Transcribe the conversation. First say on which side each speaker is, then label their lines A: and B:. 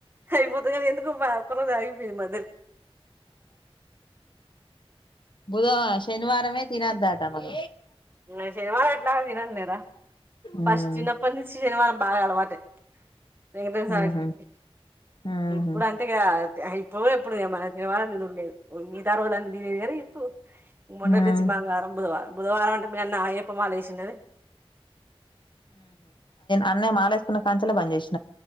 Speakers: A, on the right; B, on the left.
A: అయిపోతే గానీ ఎందుకు బరాయిపో మదలు
B: బుధవ శనివారంమే తినే దాటా మల్ల
A: ఇంగ సినిమా లా తినంలేర
B: ఉమ్
A: పశన్నప్పటి నుంచి శనివారం బాగా అలవాటె వెంకట్రో సమీకి
B: ఉహు ఉహు
A: ఇప్పుడు అంతే ఇప్పుడు ఎప్పుడు మన శవాళ ననులేదు మిగతా రోజులున్న దీని కానీ ఇప్పుడు మోన్నటిచ్చి
B: ఉమ్
A: మంగళవారం బుధవారం బుధవారం మీ అన్న అయ్యప్ప మాలా వేసిందే
B: అన్నే మాలేసుకున్న కంచెలో పని చేేషిన